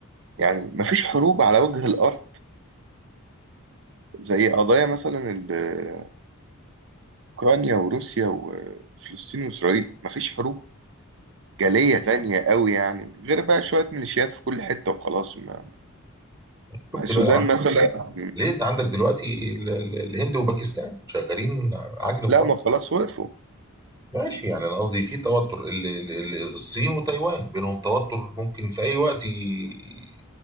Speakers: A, on the right; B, on the right.
A: يعني مفيش حروب على وجه الارض زي قضايا مثلا ال- اوكرانيا وروسيا وفلسطين واسرائيل مفيش حروب جالية تانية قوي يعني غير بقى شوية ميليشيات في كل حتة وخلاص ما
B: شوف
A: ما- السودان
B: دلوقتي
A: مثلا
B: ليه انت عندك دلوقتي ال- ال- الهند وباكستان شغالين عجن في
A: لا
B: بعض
A: ما خلاص وقفوا
B: ماشي يعني انا قصدي في توتر ال- ال- ال- الصين وتايوان بينهم توتر ممكن في اي وقت ي-